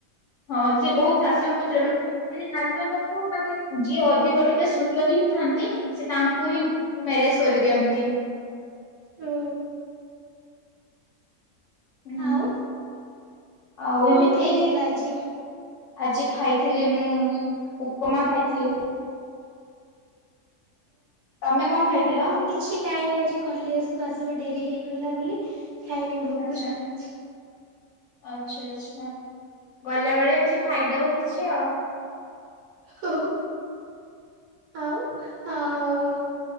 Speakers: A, on the left; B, on the right.
A: ହଁ ସେ ବହୁତ ଶାସନ କରୁଥିଲେ ମାନେ ମାନେ ନାରୀ ମାନଙ୍କୁ ମାନେ ଯିଏ ଅଧିକ ଟିକେ ସୁନ୍ଦର ହି ଥାନ୍ତି। ସେ ତାଙ୍କୁ ହିଁ ମ୍ୟାରେଜ କରିଦିଅନ୍ତି।
B: ହୁଁ।
A: ହୁଁ
B: ଆଉ
A: ଆଉ ଏମିତି।
B: କଣ ଖାଇଥିଲ ଆଜି
A: ଆଜି ଖାଇଥିଲି ମୁଁ ଉପମା ଖାଇଥିଲି। ତମେ
B: ହୁଁ
A: କଣ
B: ମୁଁ
A: ଖାଇଥିଲ
B: କିଛି କାଇନି ଆଜି। କଲେଜ କୁ ଆସିବା ଡେରି ହେଇଗଲା ବୋଲି ଖାଇନି ଭୋକ
A: ଆଚ୍ଛା
B: ଲାଗୁଛି।
A: ଆଚ୍ଛା ଆଚ୍ଛା ଗଲାବେଳେ ଆଜି ଖାଇଦବ କିଛି ଆଉ।
B: ହୋଉ ଆଉ ଆ ଓ